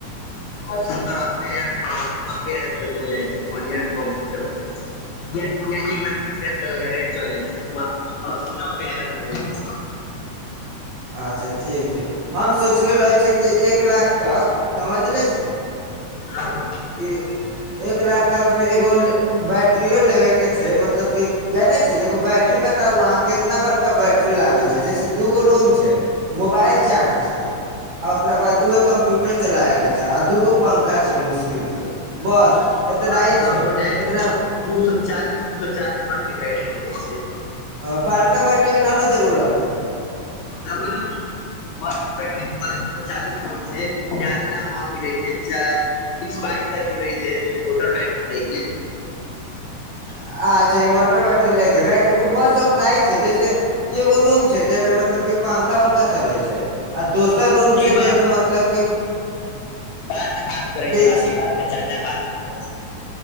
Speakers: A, on the left; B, on the right.
A: ह सत्तर अस्सी हजार अस्सी नब्बे हजार तक हो जाइ छै बढ़िआँ कम्प्यूटर हो जाइ छै य एक लाख बीस हजार तक रेट चल जाइ छै वहाँ अस्सी नबे हजार मे होल जाइ छै
B: अच्छा ठीक छै हम सोचले रहै छिय कि एक लाख तक समझले छी
A: हँ
B: कि एक लाख तक मे एगो बैट्रियो लेबेके छै मतलब कि जानै छीयै एगो बैटरी बताउ अहाँ कितना बड़का बैटरी लागै छै जैसे दू गो रूम छै मोबाइल चार्ज छै आ ओकरा बाद उएह कंप्यूटर चलाव के छै आ दूगो पंखा छै मुशक मुकिल छै बस एतना
A: ह
B: ही
A: तऽ
B: छै
A: हो जाइ
B: एतना
A: दू सए चालीस दू सए चालीस वाट के बैटरी हो जाइ छै
B: अ बारका बैटरी के न नू जरूरत छै
A: आ बोलू मसत बैट्र दू सए चालीस होइ छै जाजे न महग मिलै छै इसबाइसर मिलै छै इन्वर्टर बैटरी ले के
B: अच्छा इन्वर्टर बैटरी लेके काहैकी बस उतना ह छै जैसे एगो रूम छै जेहिमे मतलब की पंखा उंखा चलै छै आ दोसर रूम
A: की
B: छै
A: बा
B: जेमे मतलब क
A: बाद मे बात करै
B: ठीक
A: ई
B: छै
A: बात चर्चा बाद मे करब से